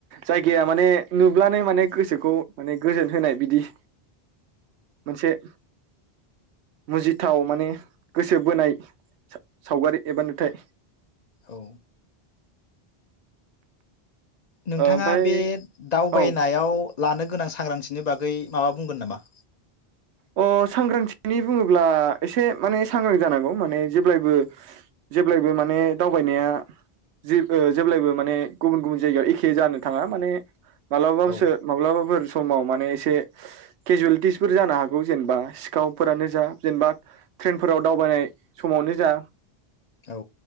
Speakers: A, on the right; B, on the left.
A: जायगाया माने नुब्लानो माने गोसोखौ माने गोजोन होनाय बिदि मोनसे मुजिथाव माने गोसो बोनाय सा- सावगारि एबा नुथाय।
B: औ। नोंथाङा
A: ओमफ्राय
B: बे दावबायनायाव
A: औ
B: लानो गोनां सांग्रांथिनि बागै माबा बुंगोन नामा?
A: अ सांग्रांथिनि बुङोब्ला एसे माने सांग्रां जानांगौ माने जेब्लायबो जेब्लायबो माने दावबायनाया जि जेब्लायबो माने गुबुन गुबुन जायगायाव एखे जानो थाङा माने माब्लाबोसो
B: औ
A: माब्लाबाफोर समाव माने एसे केेजुवेलिटिसफोर जानो हागो गौ जेनेबा सिखावफोरानो जा जेनेबा ट्रेन फोराव दावबायनाय समावनो जा
B: औ